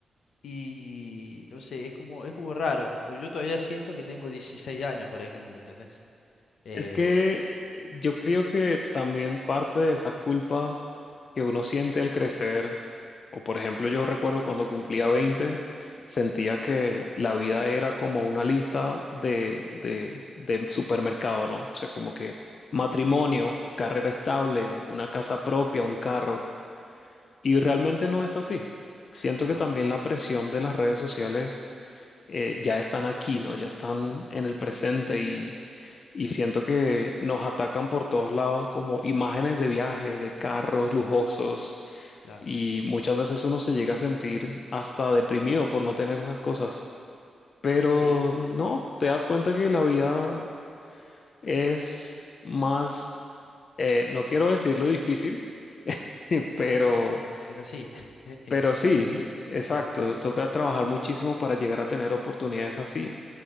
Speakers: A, on the left; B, on the left.
A: Y no sé, es como, es como raro. pues Yo todavía siento que tengo 16 años, por ejemplo, ¿entendés? Eh,
B: Es que eh, yo creo que también parte de esa culpa que uno siente al crecer, o por ejemplo yo recuerdo cuando cumplía 20, sentía que la vida era como una lista de, de, de supermercado, ¿no? O sea, como que matrimonio, carrera estable, una casa propia, un carro. Y realmente no es así. Siento
A: claro,
B: que también la presión de las redes sociales eh, ya están aquí, ¿no? Ya están en el presente y, y siento que nos atacan por todos lados como imágenes de viajes, de carros lujosos
A: claro.
B: y muchas veces uno se llega a sentir hasta deprimido por no tener esas cosas. Pero
A: Sí,
B: no, te das cuenta que la vida es más, eh, no quiero decirlo difícil, <laughs> pero,
A: <laughs> pero sí. <laughs>
B: pero sí,
A: No, pero sí.
B: exacto,
A: Claro,
B: toca trabajar muchísimo para llegar a tener oportunidades así.